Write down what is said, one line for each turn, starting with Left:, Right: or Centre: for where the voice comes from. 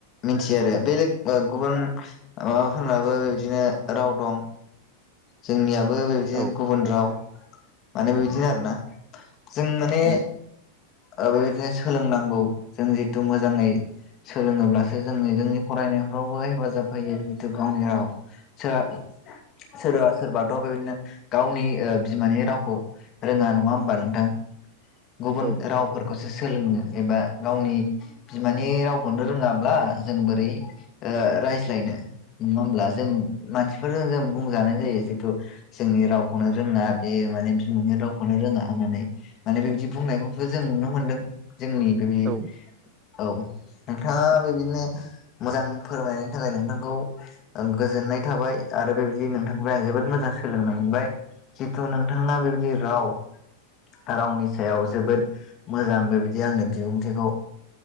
Left: मिथियो आरो बेलेग ओ गुबुन माबाफोरनाबो बिबदिनो राव दं। जोंनियाबो बेबायदिनो
Right: औ
Left: गुबुन राव माने बेदिनो आरोना जों माने
Right: उम
Left: ओ बेबायदिनो सोलोंनांगौ जों जितु मोजाङै सोलोङोब्लासो जोङो जोंनि फरायनायफ्रावबो हेफाजाब होयो जितु गावनि राव सोर सोरबा सोरबाथ' बेबायदिनो गावनि बिमानि रावखौ रोङा नङा होमबा नोंथां गुबुन
Right: औ
Left: रावफोरखौसो सोलोङानो एबा गावनि बिमानि रावखौनो रोङाब्ला जों बोरै रायज्लायनो नङा होमब्ला जों मानसिफोरजों जों बुंजानाय जायो जितु जोंनि रावखौनो रोङा बे माने बिमानि रावखौनो रोङा होननानै माने बे बिदि बुंनायखौ जों नुनो मोनदों जोंनि बेबायदि
Right: औ
Left: औ नोंथाङा बेबायदिनो मोजां फोरमायनायनि थाखाय नोंथांखौ गोजोननाय थाबाय आरो बेबायदि नोंथांनिफ्राय आं जोबोद मोजां सोलोंनो मोनबाय जिथु नोंथांना बेबायदि राव रावनि सायाव जोबोद मोजां बेबायदि आंनो बिबुंथिखौ